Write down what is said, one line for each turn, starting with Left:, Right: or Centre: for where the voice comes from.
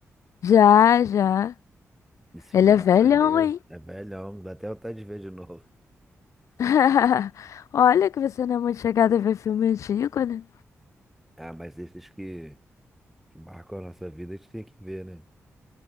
Left: Já, já.
Centre: Esse filme
Left: Ele é
Centre: era
Left: velhão,
Centre: maneiro,
Left: hein?
Centre: é velhão, dá até vontade de ver de <laughs> novo.
Left: <laughs> Olha que você não é muito chegada a ver filme antigo, né?
Centre: Ah, mas esses que, que marcam a nossa vida, a gente tem que ver, né?